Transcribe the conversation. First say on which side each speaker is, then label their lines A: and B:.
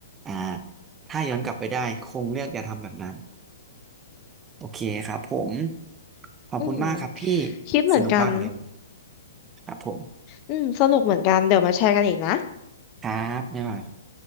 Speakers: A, on the right (about 20°); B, on the left (about 35°).
A: อ่าถ้าย้อนกลับไปได้คงเลือกอย่าทำแบบนั้นโอเคครับผมขอบคุณมากครับพี่
B: อืมคิดเหมือนกัน
A: สนุกมากเลยครับผม
B: อืมสนุกเหมือนกันเดี๋ยวมาแชร์กันอีกนะ
A: ครับบ๊ายบาย